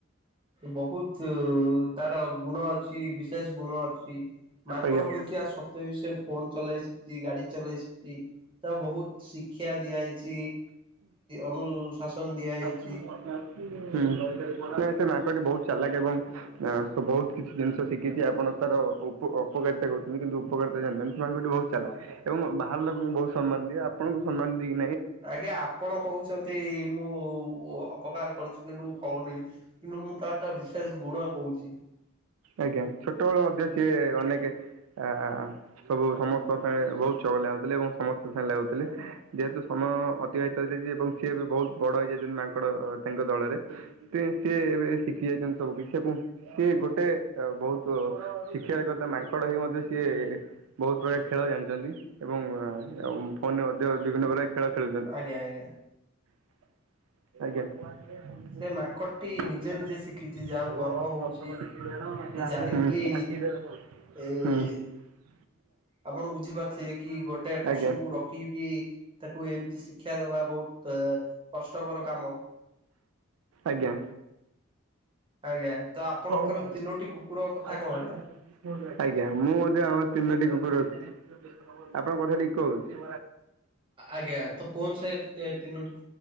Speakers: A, on the right; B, on the right.
A: ବହୁତ ତାର ଗୁଣ ଅଛି ବିଶେଷ ଗୁଣ ଅଛି। ମାଙ୍କଡ
B: ଆଜ୍ଞା।
A: ହୋଇଥିବା ସତ୍ୱେ ବି ସେ ଫୋନ ଚଲେଇ ଶିଖଚି ଗାଡି ଚଲେଇ ଶିଖଚି। ତା ବହୁତ ଶିକ୍ଷା ଦିଆହେଇଛି ଅନୁଶାସନ ଦିଆହେଇଚି।
B: ହୁଁ <unintelligible> <unintelligible> ବହୁତ ଚାଲାକ ଏବଂ ବହୁତ କିଛି ଜିନିଷ ଶିଖିଛି ଆପଣ ତାର ଉପପକାରିତା କହୁଛନ୍ତି କିନ୍ତୁ ଉପକାରିତା ଜାହାନ୍ତି ସେ ମାଙ୍ଗଟି ବହୁତ ଚାଲା ଏବଂ ବାହାର ଲୋକଙ୍କୁ ବହୁତ ସମ୍ମାନ ଆପଣଙ୍କୁ ସମ୍ମାନ ଦେଇକି
A: ଆଜ୍ଞା ଆପଣ କହୁଛନ୍ତି ମୁଁ ଉପକାର କରିଛୁ କିନ୍ତୁ ମୁଁ କହୁନି କିନ୍ତୁ ମୁଁ ତ ଟା ବିଶେଷ ଗୁଣ କହୁଛି।
B: ଆଜ୍ଞା ଛୋଟବେଳ ମଧ୍ୟ ସିଏ ଅନେକ ଆ ସବୁ ସମସ୍ତଙ୍କ ସାଙ୍ଗ ବହୁତ ବ ଚଗଲାଗଥିଲେ ଏବଂ ସମସ୍ତେ ସାଙ୍ଗେ ଲାଗୁଥିଲେ ଯେହେତୁ ସମୟ ଅତିବାହିତ ହେଇଯାଇଛି ଏବଂ ସିଏ ବି ବହୁତ ବଡ ହେଇ ମାଙ୍କଡ ତାଙ୍କ ଦଳରେ ସିଏ ଏବେ ଶିଖି ଯାଇଛନ୍ତି ସବୁ କିଛି ଏବଂ ସିଏ ଗୋଟେ ଗୋଟେ ବହୁତ ଶିକ୍ଷାର କଥା ମାଙ୍କଡ଼ ହେଇ ମଧ୍ୟ ସିଏ ବହୁତ ପ୍ରକାର ଖେଳ ଜାଣିଛନ୍ତି ଏବଂ ଫୋନ ମଧ୍ୟ ବିଭିନ୍ନ ପ୍ରକାର ଖେଳ ଖେଳୁଛନ୍ତି।
A: ଆଜ୍ଞା ଆଜ୍ଞା।
B: ଆଜ୍ଞା।
A: ସେ ମାଙ୍କଡଟି
B: <unintelligible>
A: ନିଜେ ନିଜେ ଶିଖିଛି ଯାହାକୁ ଗର୍ବ ହଉଛି
B: <inaudible>
A: ଜାଣିକି ଏ ଆପଣ ବୁଝିପାରୁଥିବେ କି ଗୋଟେ
B: ଆଜ୍ଞା
A: ପଶୁକୁ ରଖିକି ତାକୁ ଏମିତି ଶିକ୍ଷା ଦବା ବହୁତ କଷ୍ଟକର କାମ
B: ଆଜ୍ଞା।
A: ଆଜ୍ଞା ତ ଆପଣଙ୍କର
B: ଆଜ୍ଞା
A: ତିନୋଟି କୁକୁର କଥା କଣ ହେଲା?
B: ମୁଁ ମଧ୍ୟ ଆମର ତିନି କୁର ଅଛି ଆପଣଙ୍କ କଥା ଟିକେ କହୁଛି।
A: ଆଜ୍ଞା ତ କହ ସେ ତିନୋଟି